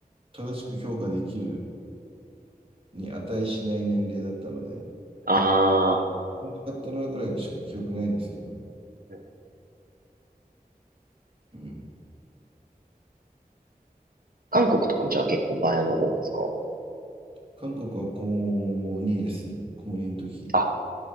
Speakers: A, on the right; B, on the right.
A: 正しく評価できるに値しない年齢だったので、
B: あーまあ、
A: 大きかったなぐらいしか記憶ないんですけど、
B: うん
A: うん。
B: 韓国とかもじゃあ結構前の方ですか
A: 韓国は高2ですね。高2の時。
B: あ、